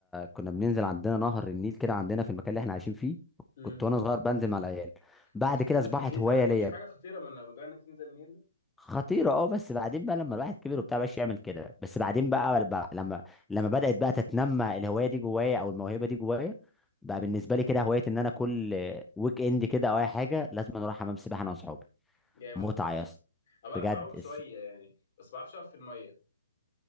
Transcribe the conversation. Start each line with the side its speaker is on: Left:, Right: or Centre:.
Centre: كنا بننزل عندنا نهر النيل كده عندنا في المكان اللي احنا عايشين فيه
Left: دي
Centre: كنت وانا صغير بنزل مع العيال بعد
Left: كنت
Centre: كده
Left: بتنزل
Centre: اصبحت
Left: في النيل
Centre: هوايه
Left: ده ده
Centre: ليا
Left: مش حاجه خطيره من موضوع انك تنزل النيل ده
Centre: خطيره اه بس بعدين بقى لما الواحد كبر وبتاع مبقاش يعمل كده بس بعدين
Left: جامد
Centre: بقى, بقى لما لما بدات بقى تتنمى الهوايه دي جوايا او الموهبه دي جوايا بقى بالنسبه لي كده هوايه ان انا كل ويك اند كده او اي حاجه لازم أنا اروح حمام سباحه انا واصحابي
Left: جامد
Centre: متعه
Left: برضه
Centre: يا اسطى
Left: انا بعرف
Centre: بجد
Left: اعوم شويه
Centre: الس-
Left: يعني بس ما بعرفش اقف في الميه